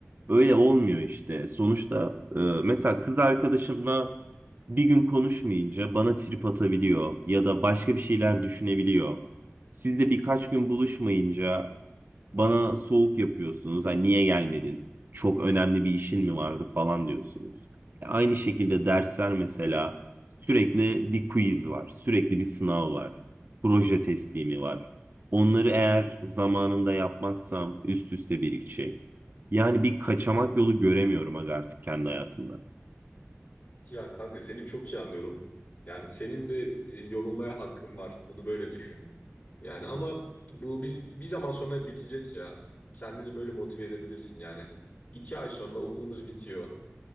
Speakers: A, on the right; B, on the left.
A: öyle olmuyor işte. Sonuçta e, mesela kız arkadaşımla bir gün konuşmayınca bana trip atabiliyor ya da başka bir şeyler düşünebiliyor. Sizle birkaç gün buluşmayınca Bana soğuk yapıyorsunuz. Hani niye gelmedin? Çok önemli bir işin mi vardı falan diyorsunuz. E, Aynı şekilde dersler mesela sürekli bir quiz var. Sürekli bir sınav var. Proje teslimi var. Onları eğer zamanında yapmazsam üst üste birikecek. Yani bir kaçamak yolu göremiyorum aga artık kendi hayatımda.
B: Ya kanka seni çok iyi anlıyorum. Yani senin de e, yorulmaya hakkın var. Bunu böyle düşün. Yani ama bu bir, bir zaman sonra bitecek ya. Kendini böyle motive edebilirsin yani. İki ay sonra okulumuz bitiyor.